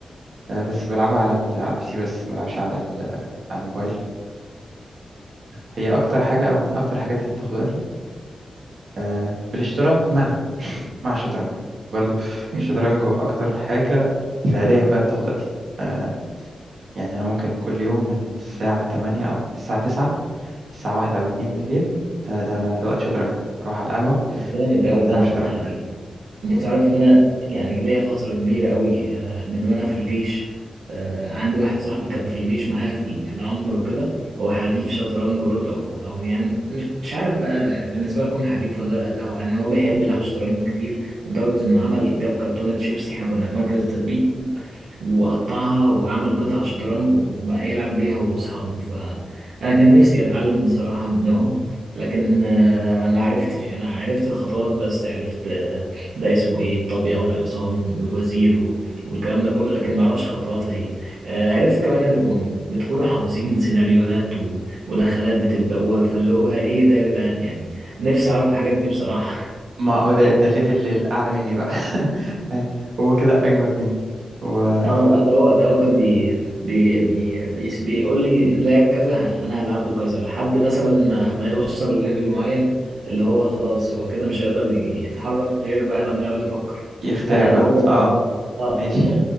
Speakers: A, on the right (about 70°); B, on the right (about 85°).
A: آه، بس بلعبها على ال... على البي سي بس ما بلعبش على ال... على الموبايل هي اكتر حاجه او من اكتر الحاجات اللي بتاخد وقتي آه، بالاشتراك مع <laughs> مع الشطرنج برضو
B: <laughs>
A: الشطرنج هو اكتر حاجه فعليا بقى بتاخد وقتي آه، يعني انا ممكن كل يوم من الساعه 8 او من الساعه 9 الساعه 1 او 2 بالليل ده ده ده وقت شطرنج نروح على القهوه
B: جامد
A: نقعد
B: أوي ده
A: نلعب شطرنج
B: يعني انت تعرف ان انا يعني ليا فترة كبيرة قوي آه، من وانا في الجيش آه، عندي واحد صاحبي كان في الجيش معايا في ال- في العنبر وكده هو حريف شطرنج برضه او او يعني مش مش عارف بقى بالنسبة لكم حريف ولا لا هو يعني هو بيحب يلعب شطرنج كتير لدرجة انه عمل جاب كرتونة شيبسي احنا كنا في مركز التدريب وقطعها وعمل قطع شطرنج وبقى يلعب بيها هو وأصحابه فأنا كان نفسي أتعلم بصراحة منهم لكن آه، ما عرفتش يعني أنا عرفت الخطوات بس عرفت آه، ده اسمه إيه الطابية والحصان والوزير و- والكلام ده كله لكن ما أعرفش خطواتها إيه آه، عرفت كمان إنكم بتكونوا حافظين سيناريوهات و- ودخلات بتبدأوها فاللي هو إيه ده يا جدعان يعني نفسي أعرف الحاجات دي بصراحة <laughs>
A: ما هو ده ده الليفل الأعلى مني بقى <laughs> يعني هو كده أجمد مني هو
B: اه لا ده هو ده هو كان بي بي بي بي بيقول لي ان لعب كذا انا هلعب له كذا لحد مثلا ما ما يوصل لليفل معين اللي هو خلاص هو كده مش هيقدر يتحرك غير بقى لما يقعد يفكر
A: يخترع
B: فانا
A: بقى
B: بقول له
A: اه
B: اه
A: ماشي
B: <laughs>